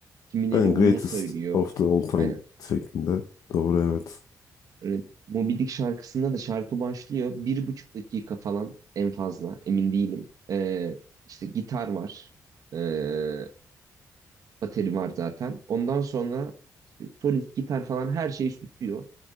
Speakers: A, on the right (about 65°); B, on the left (about 70°).
A: Kimileri
B: Yani
A: onu
B: Greatest
A: söylüyor.
B: of the All Time
A: Aynen.
B: şeklinde. Doğru evet.
A: Evet. Moby Dick şarkısında da şarkı başlıyor. Bir buçuk dakika falan en fazla. Emin değilim. Ee, işte gitar var. Ee, bateri var zaten. Ondan sonra işte solist, gitar falan her şeyi tutuyor.